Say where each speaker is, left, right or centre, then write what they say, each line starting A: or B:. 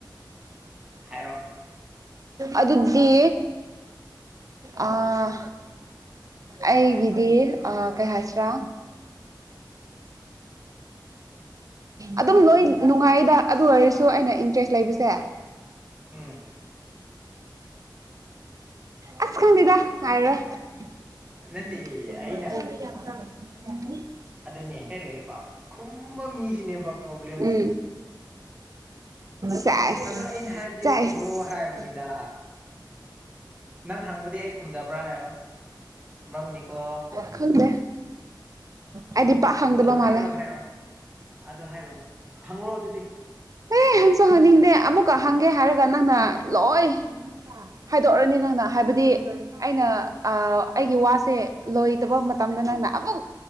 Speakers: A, on the right (about 15°); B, on the right (about 45°).
A: ꯍꯥꯏꯔꯣ
B: ꯑꯗꯨꯗꯤ ꯑꯥ ꯑꯩꯒꯤꯗꯤ ꯑꯥ ꯀꯩ ꯍꯥꯏꯁꯔꯥ ꯑꯗꯨꯝ ꯂꯣꯏ ꯅꯨꯡꯉꯥꯏꯗ ꯑꯗꯨ ꯑꯣꯏꯔꯁꯨ ꯑꯩꯅ ꯏꯟꯇꯔꯦꯁ ꯂꯩꯕꯁꯦ
A: ꯎꯝ
B: ꯑꯁ ꯈꯪꯗꯦꯗ ꯉꯥꯏꯔꯣꯏ ꯎꯝ
A: ꯅꯠꯇꯦ ꯑꯩꯅ
B: <unintelligible>
A: ꯑꯗꯨꯅꯦ ꯍꯦ ꯂꯩꯕ ꯈꯨꯝꯕ ꯃꯤꯁꯤꯅꯦꯕ ꯄ꯭ꯔꯣꯕ꯭ꯂꯦꯝꯁꯦ
B: ꯎꯝ ꯁꯦꯁ
A: ꯑꯗꯣ ꯑꯩꯅ ꯍꯥꯏꯕꯗꯤ
B: ꯆꯥꯏꯁ
A: ꯈꯨꯝꯔꯑꯣ ꯍꯥꯏꯕꯅꯤ ꯗꯥ ꯅꯪ ꯍꯪꯕꯗꯤ ꯑꯩ ꯈꯨꯝꯗꯕ꯭ꯔ ꯍꯥꯏꯌꯣ ꯈꯨꯝꯔꯝꯒꯅꯤꯀꯣ
B: ꯈꯪꯗꯦ ꯑꯩꯗꯤ ꯄꯥꯛ ꯍꯪꯗꯕ
A: ꯑꯗꯨ ꯍꯥꯏꯔꯣ
B: ꯃꯥꯜꯂꯦ
A: ꯍꯥꯏꯔꯣ ꯑꯗꯨ ꯍꯥꯏꯔꯣ ꯍꯪꯪꯂꯛꯑꯣ ꯑꯗꯨꯗꯤ
B: ꯑꯦ ꯍꯪꯁꯨ ꯍꯪꯅꯤꯡꯗꯦ ꯑꯃꯨꯛꯀ ꯍꯪꯒꯦ ꯍꯥꯏꯔꯒ ꯅꯪꯅ ꯂꯣꯏ ꯍꯥꯏꯗꯣꯛꯔꯅꯤ ꯅꯪꯅ ꯍꯥꯏꯕꯗꯤ ꯑꯩꯅ ꯑꯩꯒꯤ ꯋꯥꯁꯦ ꯂꯣꯏꯇꯕ ꯃꯇꯝꯗ ꯅꯪꯅ ꯑꯃꯨꯛ